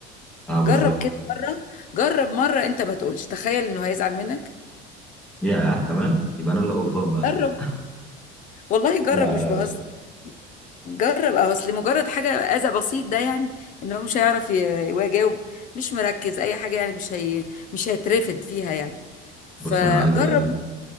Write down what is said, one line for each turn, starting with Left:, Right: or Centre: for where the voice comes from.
Centre: اه
Left: جرب
Centre: بالظبط
Left: كده مرة جرب مرة أنت ما تقولش تخيل إنه هيزعل منك
Centre: يا كمان يبقى انا اللي غلطان بقى ساعتها
Left: جرب والله جرب
Centre: لا
Left: مش
Centre: لا
Left: بهزر
Centre: مش
Left: جرب أو أصل مجرد حاجة أذى بسيط ده يعني إن هو مش هيعرف ي- يجاوب مش مركز أي حاجة يعني مش هي مش هيترفد فيها يعني فجرب
Centre: بص انا عايز اقول